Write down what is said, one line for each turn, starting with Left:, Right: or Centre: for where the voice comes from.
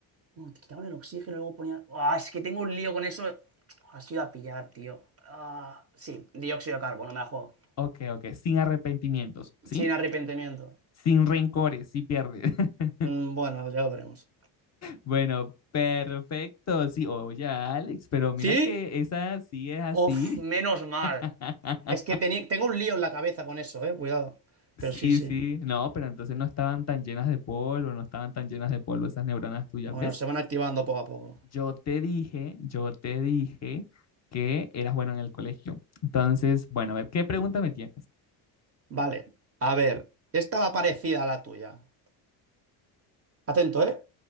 Right: Bueno, te quitaban el oxígeno y luego ponían. ¡Ah! es que tengo un lío con eso. Has ido a pillar, tío. Ah, sí, dióxido de carbono, me la juego.
Left: Ok, ok, sin arrepentimientos, ¿sí?
Right: Sin arrepentimiento.
Left: Sin rencores, si pierdes. <laughs>
Right: Mm, bueno, ya lo veremos.
Left: bueno, perfecto. Sí, oye, Alex, pero mira
Right: ¿Sí?
Left: que esa sí es así.
Right: Uf, menos mal.
Left: <laughs>
Right: Es que teni- tengo un lío en la cabeza con eso, eh, cuidado.
Left: Sí,
Right: Pero sí, sí.
Left: sí, no, pero entonces no estaban tan llenas de polvo, no estaban tan llenas de polvo esas neuronas tuyas,
Right: Bueno,
Left: ¿ves?
Right: se van activando poco a poco.
Left: Yo te dije, yo te dije que eras bueno en el colegio. Entonces, bueno, a ver, ¿qué pregunta me tienes?
Right: Vale, a ver. Esta va parecida a la tuya. Atento, ¿eh?